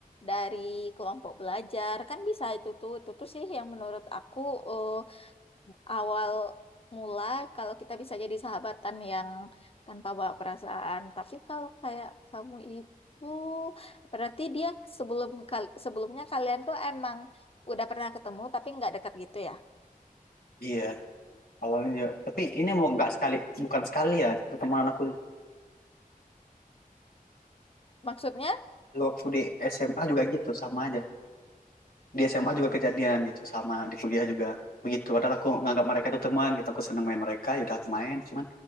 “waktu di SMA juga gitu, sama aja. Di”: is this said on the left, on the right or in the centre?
Left